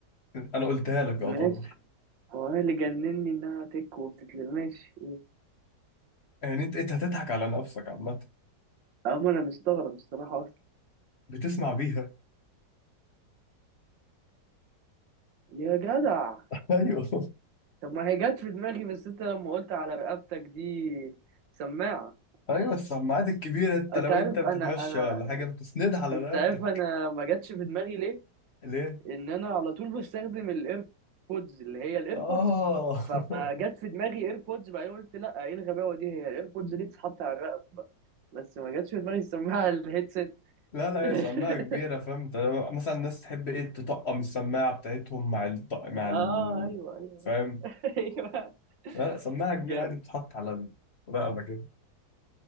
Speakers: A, on the left (about 45°); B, on the right (about 80°).
A: انا قلتها لك
B: ماشي
A: يعتبر
B: هو أنا اللي جنني إنها تك وبتتل ماشي أه،
A: يعني انت انت هتضحك على نفسك عامه
B: أما أنا مستغرب الصراحة أصلا
A: بتسمع بيها
B: يا جدع
A: <laughs> ايوه
B: طب ما هي جت في دماغي بس أنت لما قلت على رقبتك دي سماعة
A: ايوه السماعات الكبيره انت
B: أنت
A: لو
B: عارف
A: انت بتتمشى
B: أنا أنا
A: ولا حاجه بتسندها على
B: أنت
A: رقبتك
B: عارف أنا ما جاتش في دماغي ليه
A: ليه
B: ان انا على طول بستخدم الايربودز اللي هي الايربودز
A: اه
B: فجت
A: <laughs>
B: في دماغي ايربودز بعدين قلت لا ايه الغباوه دي هي الايربودز دي تتحط على الرقبه بس ما جاتش في دماغي السماعه على الهيدسيت
A: لا لا
B: <laughs>
A: هي سماعه كبيره فهمت مثلا الناس تحب ايه تطقم السماعه بتاعتهم مع الط... مع
B: اه
A: ال...
B: ايوه ايوه
A: فاهم
B: <laughs> ايوه
A: لا سماعه كبيره
B: جامد
A: عادي بتتحط على الرقبه كده